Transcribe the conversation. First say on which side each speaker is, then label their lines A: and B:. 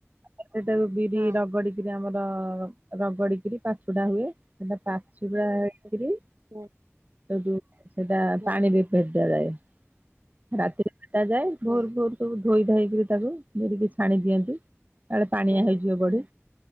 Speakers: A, on the right (about 35°); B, on the right (about 85°).
A: ସେଟାକୁ ବିରି
B: ହଁ
A: ରଗଡି ଆମର ରଗଡିକରି ପାଛୁଡା ହୁଏ ସେଟା ପାଛୁଡା ହେକରି
B: ହୁଁ।
A: ସେଟୁ ସେଟା
B: ହୁଁ
A: ପାଣି ବି ଫେରି ଦିଆଯାଏ ରାତିରେ ଭେଦା ଯାଏ
B: ହୁଁ
A: ଭୋରୁ ଭୋରୁ ସବୁ ଧୋଇ ଧାଇକରିକି ତାକୁ ଧରିକି ଛାଣି ଦିଅନ୍ତି। କାଳେ ପାଣିଆ
B: ହୁଁ
A: ହେଇଯିବ ବଢି।